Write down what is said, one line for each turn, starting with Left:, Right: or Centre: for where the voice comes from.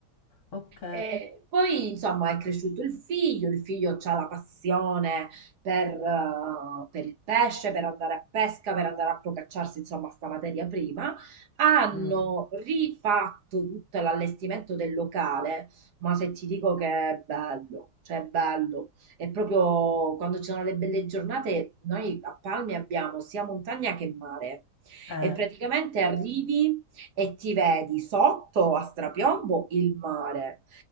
Left: ok.
Right: E poi, insomma, è cresciuto il figlio, il figlio ha la passione per, eh, per il pesce, per andare a pesca, per andare a procacciarsi, insomma, sta materia prima. Hanno
Left: Mm,
Right: rifatto tutto l'allestimento del locale, ma se ti dico che è bello, cioè è bello. E proprio quando ci sono le belle giornate, noi a Palmi abbiamo sia montagna che mare.
Left: eh.
Right: E praticamente arrivi e ti vedi sotto a strapiombo il mare.